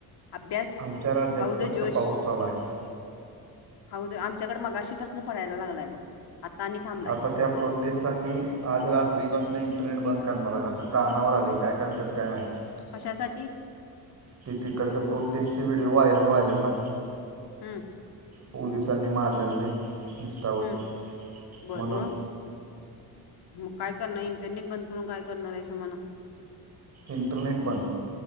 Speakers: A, on the left; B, on the right.
A: अभ्यास
B: आमच्या राज्यात
A: हाऊ द
B: फक्त
A: जोश.
B: पाऊस चालू आहे
A: हा ऊ द आमच्याकडे मगाशीपासून पडायला लागलाय बघ. आता आणि थांबलाय
B: आता त्या प्लॉट त्यासाठी आज रात्रीपासून इंटरनेट बंद करणार आहे असं कानावर आले काय करतात काय माहिती
A: अशासाठी
B: ती तिकडचं प्रोटेस्टचे व्हिडिओ व्हायरल वहिलेत ना
A: हां
B: पोलिसांनी मारलेलं ते इं्स्टावर
A: हम्म बर
B: म्हणून.
A: मग मग काय करणार इंटरनेट बंद करून काय करणार आहे स मना
B: इंटरनेट बंद